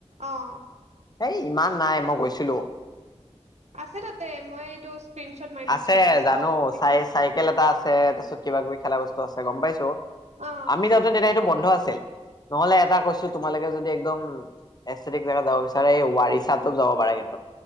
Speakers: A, on the right; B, on the left.
A: অ'
B: এই ইমান নাই। মই গৈছিলো
A: আছে তাতে মই এইটো <unintelligible> থৈছো
B: আছে
A: ৰ চাও
B: জানো
A: কি
B: চাই চাইকেল এটা আছে তাপিছত কিবা কিবি খেলা বস্তু আছে গম পাইছো
A: অ
B: আমি যাওঁতে তেতিয়া সেইটো বন্ধ আছিল। নহলে এটা কৈছো তোমালোকে যদি একদম এস্থেটিক জাগাত যাব বিচ <unintelligible> <unintelligible> এই ৱাৰিচাতো যাব পাৰা কিন্তু